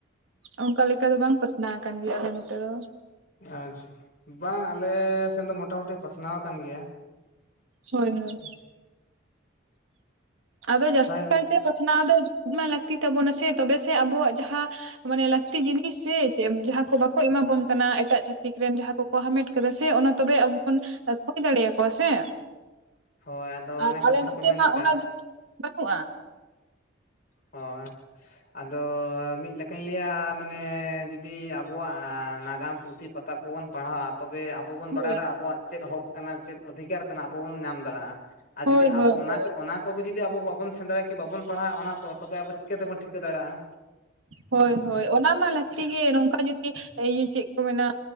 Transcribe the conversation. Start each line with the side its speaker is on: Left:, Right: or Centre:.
Right: ᱚᱱᱠᱟ ᱞᱮᱠᱟ ᱫᱚ ᱵᱟᱝ ᱯᱟᱥᱱᱟᱣ ᱟᱠᱟᱱ ᱜᱮᱭᱟ ᱟᱞᱮ ᱱᱚᱛᱮ ᱫᱚ
Left: ᱟᱪᱪᱷᱟ ᱵᱟᱝ ᱟᱞᱮ ᱥᱮᱱ ᱫᱚ ᱢᱚᱴᱟᱢᱩᱴᱤ ᱯᱟᱥᱱᱟᱣ ᱟᱠᱟᱱ ᱜᱮᱭᱟ
Right: ᱦᱳᱭ ᱦᱳᱭ ᱟᱫᱚ ᱡᱟᱹᱥᱛᱤ
Left: ᱥᱟᱭ
Right: ᱠᱟᱭᱛᱮ ᱯᱟᱥᱱᱟᱣ ᱫᱚ ᱡᱩ ᱢᱟ ᱞᱟᱹᱠᱛᱤ ᱛᱟᱵᱚᱱᱟ ᱥᱮ ᱛᱚᱵᱮ ᱥᱮ ᱟᱵᱚᱣᱟᱜ ᱡᱟᱦᱟᱸ ᱢᱟᱱᱮ ᱞᱟᱹᱠᱛᱤ ᱡᱤᱱᱤᱥ ᱥᱮ ᱡᱟᱦᱟᱸ ᱠᱚ ᱵᱟᱠᱚ ᱮᱢᱟ ᱵᱚᱱ ᱠᱟᱱᱟ ᱮᱴᱟᱜ ᱪᱷᱟᱹᱛᱤᱠ ᱨᱮᱱ ᱡᱟᱦᱟᱸ ᱠᱚ ᱦᱟᱢᱮᱴ ᱠᱟᱫᱟ ᱥᱮ ᱚᱱᱟ ᱛᱚᱵᱮ ᱟᱵᱚ ᱵᱚᱱ ᱠᱷᱚᱭ ᱫᱟᱲᱮ ᱟᱠᱚᱣᱟ ᱥᱮ
Left: ᱦᱳᱭ ᱟᱫᱚ
Right: ᱟᱨ
Left: ᱚᱱᱮ
Right: ᱟᱞᱮ
Left: ᱠᱟᱛᱷᱟ
Right: ᱱᱚᱛᱮ
Left: ᱨᱮᱠᱚ ᱢᱮᱱ
Right: ᱢᱟ
Left: ᱟᱠᱟᱜ
Right: ᱚᱱᱟ ᱡᱤᱱᱤᱥ ᱵᱟᱹᱱᱩᱜᱼᱟ
Left: ᱦᱳᱭ ᱟᱫᱚ ᱢᱤᱫ ᱞᱮᱠᱟᱹᱧ ᱞᱟᱹᱭᱟ ᱢᱟᱱᱮ ᱫᱤᱫᱤ ᱟᱵᱚᱣᱟᱜ ᱱᱟᱜᱟᱢ ᱯᱩᱛᱷᱤ ᱯᱚᱛᱟᱵᱽ ᱠᱚᱵᱚᱱ ᱯᱟᱲᱦᱟᱣᱟ ᱛᱚᱵᱮ ᱟᱵᱚ ᱵᱚᱱ
Right: ᱦᱳᱭ
Left: ᱵᱟᱲᱟᱭᱮᱫᱟ ᱟᱵᱚᱣᱟᱜ ᱪᱮᱫ ᱦᱚᱸᱠ ᱠᱟᱱᱟ ᱪᱮᱫ ᱚᱫᱷᱤᱠᱟᱨ ᱠᱟᱱᱟ ᱟᱵᱚ ᱵᱚᱱ ᱧᱟᱢ ᱫᱟᱲᱮᱭᱟᱜᱼᱟ ᱟᱨ
Right: ᱦᱳᱭ
Left: ᱡᱩᱫᱤ
Right: ᱦᱳᱭ
Left: ᱟᱵᱚ ᱚᱱᱟ
Right: ᱦᱳᱭ
Left: ᱜᱮ ᱚᱱᱟ ᱠᱚᱜᱮ ᱡᱩᱫᱤ ᱵᱟᱵᱚᱱ ᱥᱮᱫᱽᱨᱟᱭᱟ ᱡᱩᱫᱤ ᱵᱟᱵᱚᱱ ᱯᱟᱲᱦᱟᱜᱼᱟ ᱚᱱᱟ ᱠᱚ ᱛᱚᱵᱮ ᱟᱵᱚ ᱪᱤᱠᱟᱹ ᱛᱮᱵᱚᱱ ᱴᱷᱤᱠᱟᱹ ᱫᱟᱲᱮᱭᱟᱜᱼᱟ
Right: ᱦᱳᱭ ᱦᱳᱭ ᱚᱱᱟ ᱢᱟ ᱞᱟᱹᱠᱛᱤ ᱜᱮ ᱱᱚᱝᱠᱟ ᱡᱩᱫᱤ ᱤᱭᱟᱹ ᱪᱮᱫ ᱠᱚ ᱢᱮᱱᱟ